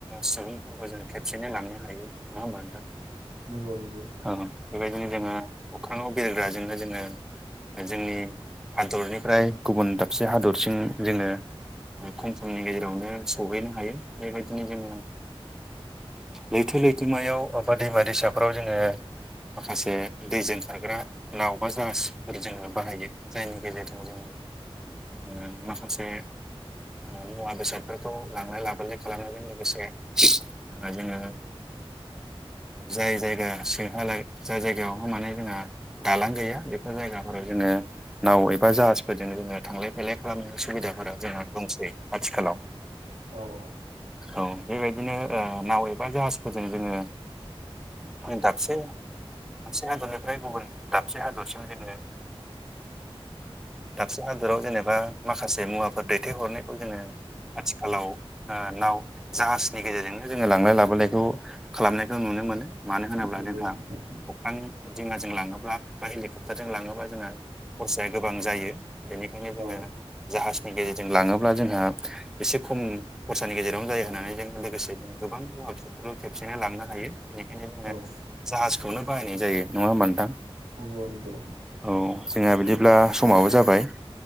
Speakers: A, in the centre; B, on the right (about 75°).
A: सुबुंफोरखौ जों खेबसेयनो लांनो हायो नङा होमबा नोंथां।
B: नंगौ नंगौ
A: औ बेबायदिनो जोङो अखाङाव बेरग्राजोंनो जोङो जोंनि हादरनिफ्राय गुबुन दाबसे हादरसिम जोङो खम समनि गेजेरावनो सहैनो हायो। बेबायदिनो जोङो लैथो- लैथोमायाव बबा दैमा -दैसाफ्राव जोङो माखासे दैजों खारग्रा नाव बा जासफोर जोङो बाहायो जायनि गेजेरजों जोङो ओ माखासे ओ मुवा बेसादफोरखौ लांलाय लाबोलाय खालामनायजों लोगोसे ओ जोङो जाय जायगा सोंहाला जाय जायगायावहाय माने जोंहा दालां गैया बेफोर जायगाफोराव जोङो नाव एबा जाहाजफोरजों जोङो थांलाय बेले खालामनाय सुबिदाफोरा जोंहा दंसै आथिखालाव।
B: औ औ
A: औ बेबायदिनो ओ नाव एबा जाहाजफोरजों जोङो आ दाबसे मोनसे हादरनिफ्राय गुबुन दाबसे हादरसिम जोङो दाबसे हादराव जेनेबा माखासे मुवाफोर दैथायहरनायखौ जोङो आथिखालाव ओ नाव जाहाजनि गेजेरजोंनो जोङो लांलाय लाबोलायखौ खालामनायखौ नुनो मोनो मानो होनोब्ला
B: नंगौ
A: जोंहा
B: नंगौ
A: अख्रां दैमाजों लाङोबा बा हेलिकप्टारजों लाङोबा जोङो खरसाया गोबां जायो बेनिखायनो जोङो
B: औ
A: जाहाजनि गेजेरजों लाङोब्ला जोंहा एसे खम खरसानि गेजेरावनो जायो होननानै जों लोगोसे जों गोबां मुवा बेसाद बे खेबसेनो लांनो हायो बेनिखायनो जोङो
B: औ
A: जाहाजखौनो बाहायनाय जायो नङा होमथां
B: नंगौ नंगौ
A: औ जोंहा बिदिब्ला समाबो जाबाय।